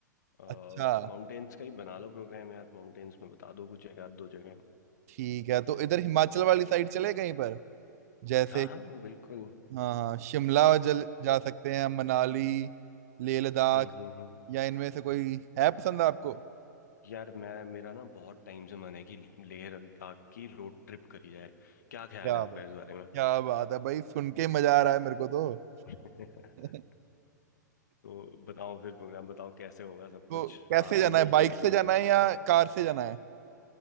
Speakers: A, on the left; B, on the right.
A: माउंटेन्स
B: अच्छा
A: का ही बना लो प्रोग्राम यार माउंटेन्स में बता दो कुछ एक आध दो जगह
B: ठीक है तो इधर हिमाचल वाली साइड चले कहीं पर जैसे
A: हाँ हाँ बिल्कुल
B: हाँ हाँ शिमला जल जा सकते हैं मनाली लेह लद्दाख
A: हम्म हम्म हम्म
B: या इनमें से कोई है पसंद आपको
A: यार मैं मेरा ना बहुत टाइम से मन है कि लेह लद्दाख की रोड ट्रिप करी जाए क्या ख्याल
B: क्या
A: है आपका
B: बात
A: इस बारे में
B: क्या बात है भाई सुन के ही मजा आ रहा है मेरे को तो
A: <laughs>
B: <laughs>
A: तो बताओ फिर प्रोग्राम बताओ कैसे होगा सब
B: तो
A: कुछ
B: कैसे
A: साथ
B: जाना
A: में मिलके
B: है बाइक
A: एक प्रोग्राम
B: से जाना है या कार से जाना है